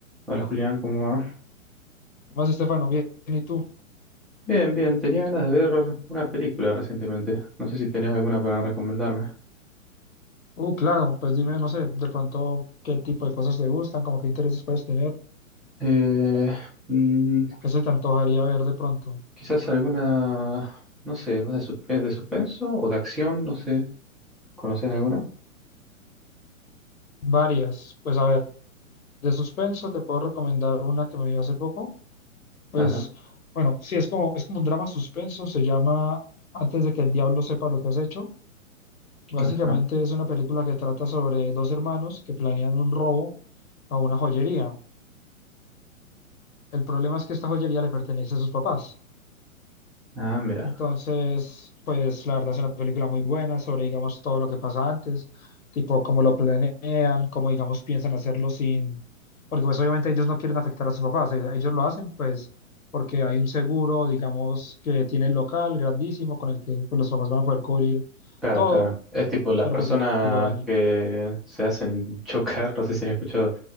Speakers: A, in the centre; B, on the left.
A: Hola Julián, ¿cómo va?
B: ¿Qué más, Estefano? Bien, ¿y tú?
A: Bien, bien, tenía ganas de ver una película recientemente. No sé si tenés alguna para recomendarme.
B: Uh, claro, pues dime, no sé, de pronto qué tipo de cosas te gustan, como qué intereses puedes tener,
A: Eh, mm,
B: o qué se te antojaría ver de pronto.
A: quizás alguna, no sé, más de, suspe- de suspenso o de acción, no sé. ¿Conoces alguna?
B: Varias, pues a ver, de suspenso te puedo recomendar una que me vi hace poco, pues
A: Ajá,
B: bueno, sí, es como, es como un drama suspenso, se llama Antes de que el diablo sepa lo que has hecho. Básicamente
A: ajá.
B: es una película que trata sobre dos hermanos que planean un robo a una joyería. El problema es que esta joyería le pertenece a sus papás.
A: Ah, mira.
B: Entonces, pues la verdad es una película muy buena sobre, digamos, todo lo que pasa antes, tipo cómo lo planean, cómo, digamos, piensan hacerlo sin, porque pues obviamente ellos no quieren afectar a sus papás, eh, ellos lo hacen pues porque hay un seguro, digamos, que tiene el local grandísimo con el que pues, los papás van a poder cubrir
A: Claro,
B: todo,
A: claro. Es tipo las
B: pero
A: personas
B: pues igual,
A: que se hacen chocar, <laughs> no sé si has escuchado,